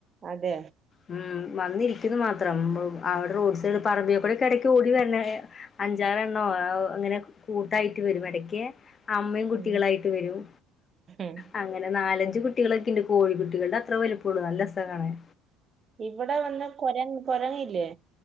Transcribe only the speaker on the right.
അതെ
ഉം
ഉം.
ഇവടെ നല്ല കൊര കൊരങ്ങില്ലേ